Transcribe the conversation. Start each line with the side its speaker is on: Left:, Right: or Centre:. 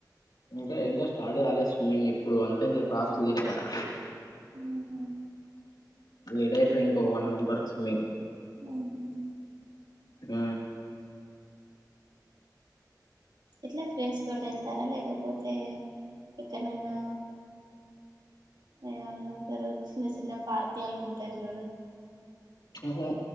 Left: ఇంకా ఇంకా స్టార్ట్ కాలే స్విమ్మింగ్ ఇప్పుడు అంతా <unintelligible> తీయలే కదా
Right: ఆహ
Left: వీడేట్లో ఇంకొ వన్ మంత్ వరకు స్విమ్మింగ్
Right: ఆహ
Left: ఆ
Right: ఇట్లా ఫ్రెండ్స్ తోటి వెళ్తారా లేకపోతే ఎక్కడన్నా ఏ అన్న ఉంటరు చిన్న చిన్న పార్క్లలో ఉంటా చూడు
Left: మ్మ్ హు